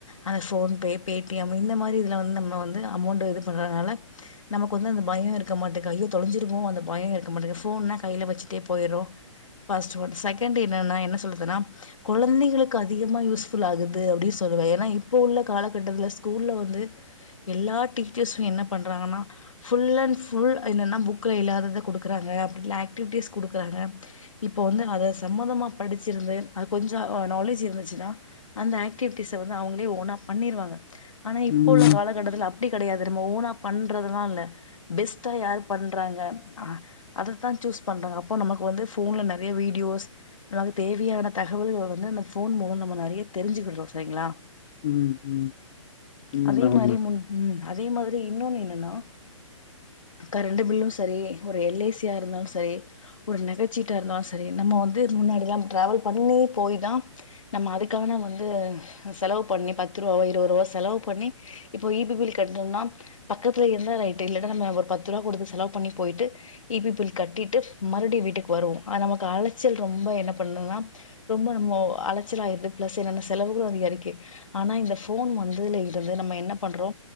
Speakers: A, on the left (about 75°); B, on the left (about 45°).
A: அந்த ஃபோன்பே பே டி எம் இந்த மாரி இதுல வந்து நம்ம வந்து அமௌண்ட் இது பண்றனால நமக்கு வந்து அந்த பயோ இருக்க மாட்டேங்கு ஐயோ தொலைஞ்சிருமோ அந்தபயம் இருக்க மாட்டேங்க ஃபோன்னா கைல வெச்சுட்டே போயிர்ரோ பஸ்ட் ஒன் செகண்ட் என்னன்ன என்ன சொல்றதுனா கொழந்தைகளுக் அதிகமா யூஸ் ஃபுல் ஆகுது அப்டின்னு சொல்லுவே ஏனா இப்ப உள்ள காலகட்டத்துல ஸ்கூல்ல வந்து எல்லா டீச்சர்ஸூ என்ன பண்றாங்கனா புஃ அன் ஃபுல் என்னன்னா புக்ல இல்லாதத குடுக்குறாங்க அப்பட ஆக்டிவிட்டிஸ் குடுக்றாங்க இப்போ வந்து அதை சம்மந்தமா படிச்சிருந்து அது கொஞ்ச ஆ நாலேஜ் இருந்துச்சுனா அந்த ஆக்டிவிட்டிஸ வந்து அவங்ளே ஓன்னா பண்ணிருவாங்க ஆனா இப்போ
B: ம்
A: உள்ள காலத் கட்டதுல அப்டி கெடையாது நம்ம ஓனா பண்றதுல்லா இல்ல பெஸ்ட்டா யாரு பண்றாங்க அதத்தா சூஸ் பண்றாங்க அப்போ நமக்கு வந்து ஃபோன்ல நெறைய வீடியோஸ் நமக்கு தேவையான தகவல்கள் வந்து அந்த ஃபோன் மூலம் நம்ம நறைய தெரிஞ்சுக்கிடுறோ சரிங்ளா
B: ம் ம் உண்மதா
A: அதே மாரி
B: உண்மதா
A: முன் ம் அதே மாதிரி இன்னொன்னு என்னன்னா கரண்ட பில்லு சரி ஒரு எல் ஏ சி யா இருந்தாலு சரி ஒரு நகைச்சீட்டா இருந்தாலு சரி நம்ம வந்து முன்னாடில்லா டிராவல் பண்ணி போய்தா நம்ம அதுக்கு க்கான வந்து செலவு பண்ணி பத்து ரூவாவோ இருபது ரூவா செலவு பண்ணி இப்போ இ பி பில் கட்டும்னா பக்கத்துல இருந்தா ரைட் இல்லடா நம்ப ஒரு பத்து ரூபா குடுத்து செலவு பண்ணி போயிட்டு ஈ பி பில் கட்டிட்டு மறுவடி வீட்டுக்கு வருவோ நமக்கு அலைச்சல் ரொம்ப என்ன பண்னுன்னா ரொம்ப நம்போ அலச்சல் ஆய்ருது பிளஸ் என்னென்னா செலவுகளு அதிகரிக்கு ஆனா இந்த ஃபோன் வந்துல இருந்து நம்ம என்ன பண்றோ